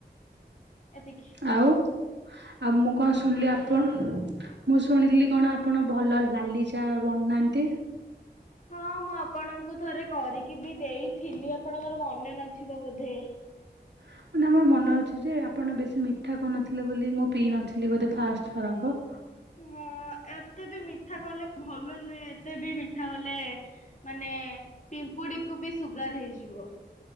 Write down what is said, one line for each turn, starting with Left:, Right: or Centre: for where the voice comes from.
Left: ଏତିକି
Right: ଆଉ ଆଉ ମୁଁ କଣ ଶୁଣିଲି ଆପଣ ମୁଁ ଶୁଣିଲି କଣ ଆପଣ ଭଲ ନାଲି ଚା ବନାନ୍ତି?
Left: ହଁ ମୁଁ ଆପଣଙ୍କୁ ଥରେ କରିକି ବି ଦେଇଥିଲି ଆପଣଙ୍କର ମନେ ନଥିବ ବୋଧେ।
Right: ହଁ ମାନେ ଆମର ମନେ ଅଛି। ଯେ ଆପଣ ବେଶୀ ମିଠା କରିନଥିଲେ ବୋଲି ମୁଁ ପିଇ ନଥିଲି ବୋଧେ ଫାଷ୍ଟ ଥରକ।
Left: ହଁ ଏତେ ବି ମି ଠା କଲେ ଭଲ ନୁହେଁ ଏତେ ବି ମିଠା କଲେ। ମାନେ ପିମ୍ପୁଡି କୁ ବି ସୁଗର ହେଇଯିବ।